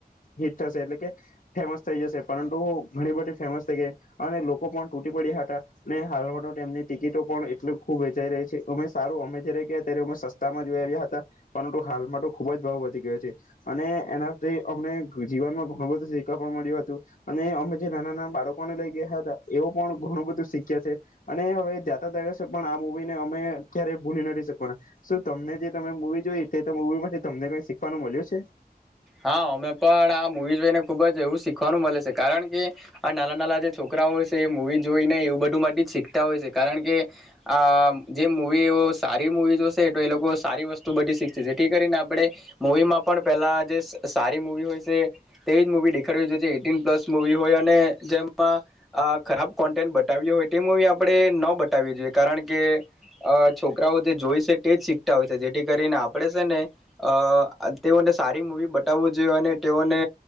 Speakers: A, on the left (about 55°); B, in the centre.
A: હિટ થશે એટલે કે ફેમસ થઈ જશે પરંતુ ઘણી બધી ફેમસ થઈ ગઈ અને લોકો પણ તૂટી પડ્યા હતા અનેને હાલમાં તો તેમમની ટિકિટો પણ એટલી ખૂબ વેચાઈ રહી છે અમે સારું અમે જ્યારે ગયા ત્યારે અમે સસ્તામાં જોઈ આવ્યા હતા પરંતુ હાલમાં તો ખૂબ જ ભાવ વધી ગયો છે અને એનાથી અમને જીવનમાં ઘણું બધું શીખવા પણ મળ્યું હતું અને અમે જે નાના નાના બાળકોને લઈ ગયા હતા એવ પણ ઘણું બધું શીખ્યા છે અને હવે જાતા દસે પણ આ મુૂવીને અમે ક્યારેય ભૂલી નથી શકવાના શું તમને જે તમે મૂવી જોઈ તે મવી માંથી તમને કઈ શીખવાનું મળ્યું છે
B: હા અમે પણ આ મુવી જોઈને ખુબ જ એવું શીખ શખવાનું મળે છે કારણ કે આ નાલા નાલા જે. છોકરાઓ છે મૂવી જોઈને એવું બધું માટે જ શીખતા હોય છે કારણ કે આ જે મૂવીઓ સારી મૂવી જોશે તો એ લોકો સારી વસ્તુ બધી શીખશે જેથી કરીને આપણે મૂવીમાં પણ પેલા જે સારી મુવી હોય છે તેવી જ મુવી દેખાવી જોઈએ જે એટીન પ્લસ મુવી હોય અને જેમાં ખરાબ કોન્ટેન્ટ બતાવ્યું હોય તે મવી આપણે ન બતાવી જોઈએ કારણ કે છોકરાઓ જે જોઈ છે તે જ શી જેથી કરીને આપણેે છે ને અ તેઓને સારી મૂવી. બતાવવું જોઈએ અને તેઓને